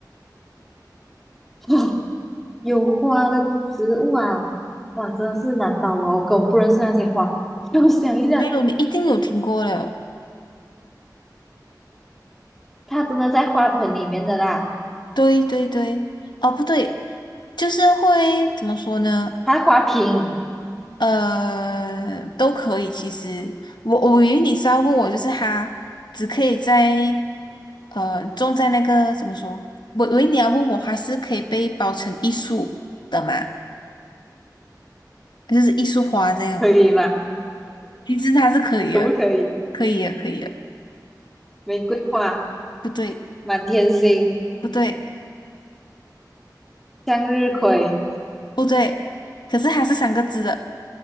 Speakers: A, in the centre; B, on the left.
A: <laughs> <gasps> 有花的植物啊，哇，真的是难倒我，我根本不认识那些花。<laughs> 让我想一下，
B: 没有你一定有听过的。
A: 它真的在花盆里面的啦，
B: 对对对，哦，不对，就是会怎么说呢？
A: 它花瓶
B: 呃，都可以。其实我我以为你是要问我，就是它只可以在呃种在那个怎么说？我以为你要问我，它是可以被包成艺术的嘛？就是艺术花这样。
A: 可以吗？
B: 其实它是可以的，
A: 可不可以？
B: 可以的，可以的。
A: 玫瑰花、
B: 不对，
A: 满天星、
B: 不对，
A: 向日葵、
B: 不对，可是它是三个字的，